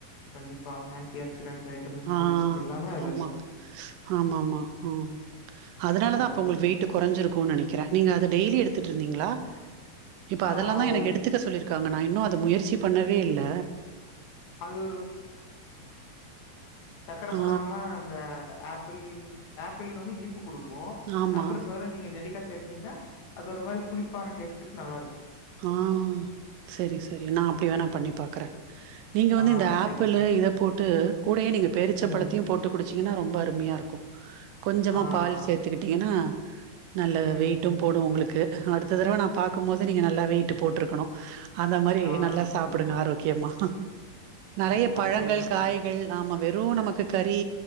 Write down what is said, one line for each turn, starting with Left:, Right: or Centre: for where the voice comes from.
Left: கண்டிப்பா ஆன்டி ஆக்சிடென்ட் வைட்டமின்
Right: ஆ
Left: சி எல்லாமே அதுல
Right: ஆமா
Left: அதிகம்.
Right: ஆமாமா ம் அதனால
Left: ஸோ
Right: தா அப்ப
Left: அது
Right: உங்களுக்
Left: ட்ரை
Right: வெயிட்டு
Left: பண்ணி
Right: கொறஞ்சிருக்கூன் நெனை கிறே நீங்க அது டெய்லி எடுத்துட்ரிந்திங்ளா இப்பொ அதெல்லா
Left: ஆ
Right: தா
Left: ஒரு
Right: எனக்கு எடுத்துக்க சொல்லிருக்காங்க நா இன்னு அத முயற்சி பண்ணவே இல்ல
Left: அது சக்கர
Right: ஆ
Left: போடாம அந்த ஆப்பிள் ஆப்பிள் வந்து இனிப் ப்பு குடுக்கூ
Right: ஆமா
Left: ஆப்பிளுக்கு பதுலா நீங்க நெல்லிக்காஸ் சேத்துனீங்னா அது ஒரு மாரி புளிப்பான டேஸ்டுக்கு நல்லாருக்கு
Right: ஹா செரி செரி நா அப்டி வேணா பண்ணி பாக்றெ நீங்க வந்து
Left: ஆ
Right: இந்த
Left: ட்ரை
Right: ஆப்பிளு
Left: பண்ணுங்க.
Right: இத போட்டு கூடயே நீங்க பேருச்சம்பழத்தையு
Left: ம்.
Right: போட்டு கு குடிச்சிங்கனா ரொம்ப அருமையாருக்கு கொஞ்சமா
Left: ஆ.
Right: பால் சேத்துக்கிட்டிங்கனா நல்ல
Left: ம், ம்,
Right: வெயிட்டும் போடூ
Left: ம்.
Right: உங்களுக்கு அடுத்த தடவ நா பாக்கும்போது நீங்க நல்லா வெயிட்டு போட்ருக்கணு அந்த மாரி
Left: ஆ
Right: நல்லா சாப்டுங்க
Left: கண்டிப்பா,
Right: ஆரோக்யமா நெறைய
Left: கண்டிப்பா.
Right: பழங்கள்
Left: ட்ரை பண்றேன்.
Right: காய்கள் ஆமா வெறூ நமக்கு கறீ